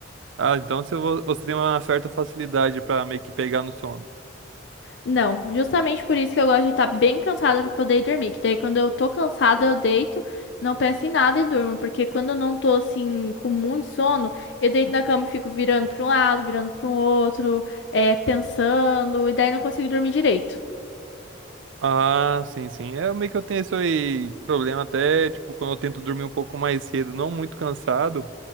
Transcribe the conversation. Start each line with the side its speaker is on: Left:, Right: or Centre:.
Right: Ah, então você vo- você tem uma certa facilidade pra meio que pegar no sono.
Left: Não, justamente por isso que eu gosto de estar bem cansada para poder dormir. Que daí quando eu tô cansada, eu deito, não penso em nada e durmo. Porque quando eu não tô assim com muito sono, eu deito na cama e fico virando para um lado, virando para o outro, é, pensando, e daí não consigo dormir direito.
Right: Ah, sim, sim. É meio que eu tenho esse aí problema até, tipo, quando eu tento dormir um pouco mais cedo, não muito cansado,